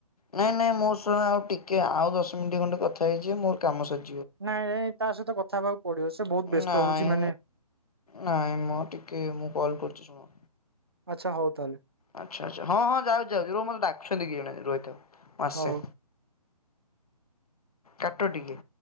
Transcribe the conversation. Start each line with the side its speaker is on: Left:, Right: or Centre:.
Left: ନାଇଁ ନାଇଁ ମୋ ସହ ଆଉ ଟିକେ ଆଉ ଦଶ ମିନିଟ ଖଣ୍ଟେ କଥା ହେଇଯିବ ମୋର କାମ ସରି
Right: ନାଇଁ ନାଇଁ ତା ସହିତ କଥା ହେବାକୁ ପଡିବ, ସେ ବହୁତ ବ୍ୟସ୍ତ
Left: ନାଇଁ
Right: ହଉଛି ମାନେ
Left: ନାଇଁ ମ ଟିକେ ମୁଁ କଲ କରୁଛି ଶୁଣ।
Right: ଆଚ୍ଛା ହଉ ତାହଲେ
Left: ଆଚ୍ଛା ଆଚ୍ଛା ହଁ ହଁ ଯାଉଚି ଯାଉଚି ରୁହ ମୋତେ ଡାକୁଛନ୍ତି କିଏ ଜଣେ ରହିଥାଅ। ମୁ ଆସେ।
Right: ହଉ
Left: କାଟ ଟିକେ।